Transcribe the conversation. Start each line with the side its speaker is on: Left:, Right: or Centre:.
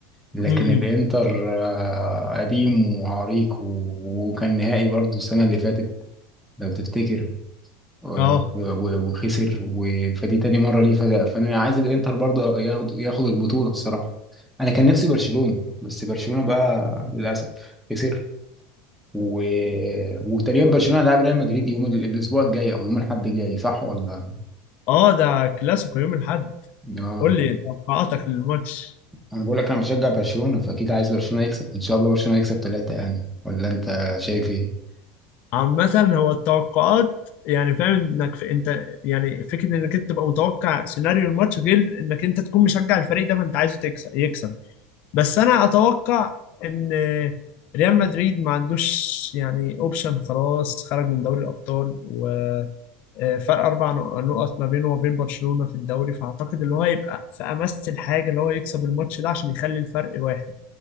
Centre: لكن
Left: امم
Centre: الانتر آه، قديم وعريق و... وكان نهائي برضو السنه اللي فاتت لو تفتكر و-
Left: اه
Centre: و- وخسر و- فدي تاني مرة ليه فده- فأنا عايز الإنتر برضه ياخد ياخد البطولة بصراحة أنا كان نفسي برشلونة بس برشلونة بقى للأسف خسر و... وتقريبا برشلونة هيلاعب ريال مدريد يوم ال- الأسبوع الجاي أو يوم الأحد الجاي صح ولا؟
Left: اه ده كلاسيكو يوم الاحد
Centre: آه
Left: قول لي
Centre: طب
Left: توقعاتك للماتش
Centre: أنا بقول لك أنا بشجع برشلونة فأكيد عايز برشلونة يكسب إن شاء الله برشلونة يكسب ثلاثة يعني ولا أنت شايف إيه؟
Left: عامة هو التوقعات يعني فاهم انك في انت يعني فكرة انك انت تبقى متوقع سيناريو الماتش غير انك انت تكون مشجع الفريق ده فانت عايزه تكسب يكسب بس انا اتوقع ان ريال مدريد ما عندوش يعني اوبشن خلاص خرج من دوري الابطال و آه، فرق اربع نقط ما بينه وبين برشلونة في الدوري فاعتقد اللي هو هيبقى في امس الحاجه اللي هو يكسب الماتش ده عشان يخلي الفرق واحد